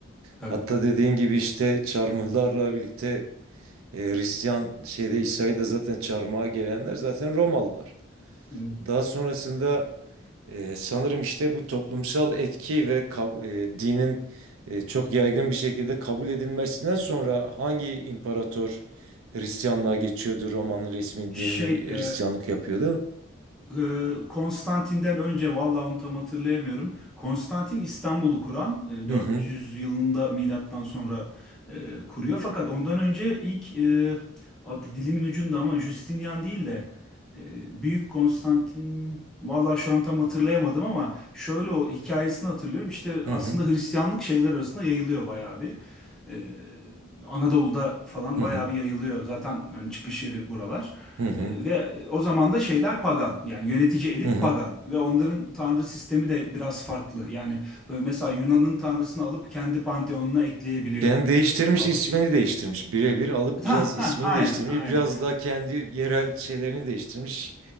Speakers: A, in the centre; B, on the right.
A: tabii.
B: Hatta dediğin gibi işte çarmıhlarla birlikte e, Hristiyan şeyde İsa'yı da zaten çarmıha gelenler zaten Romalılar.
A: Evet.
B: Daha sonrasında ee, sanırım işte bu toplumsal etki ve kab- e, dinin e, çok yaygın bir şekilde kabul edilmesinden sonra hangi imparator Hristiyanlığa geçiyordu? Roma'nın resmi
A: Şey,
B: dini Hristiyanlık
A: e,
B: yapıyordu.
A: Ee, Konstantin'den önce vallahi onu tam hatırlayamıyorum. Konstantin İstanbul'u kuran e,
B: Hı
A: 400
B: hı
A: yılında milattan sonra e, kuruyor. Fakat ondan önce ilk e, ad- dilimin ucunda ama Justinian değil de e, Büyük Konstantin vallahi şu an tam hatırlayamadım ama şöyle o hikayesini hatırlıyorum. İşte
B: hı
A: aslında
B: hı
A: Hristiyanlık şeyler arasında yayılıyor bayağı bir. Ee, Anadolu'da falan
B: hı
A: bayağı
B: hı
A: bir yayılıyor. Zaten hani çıkış yeri buralar.
B: hı hı.
A: E, Ve o zaman da şeyler pagan yani yönetici elit
B: hı hı.
A: pagan ve onların tanrı sistemi de biraz farklı. Yani mesela Yunan'ın tanrısını alıp kendi panteonuna ekleyebiliyor
B: Yani değiştirmiş
A: falan.
B: ismini değiştirmiş. Birebir alıp biraz
A: Ha
B: ismini
A: ha aynen
B: değiştirmiş.
A: aynen.
B: Biraz daha kendi yerel şeylerini değiştirmiş.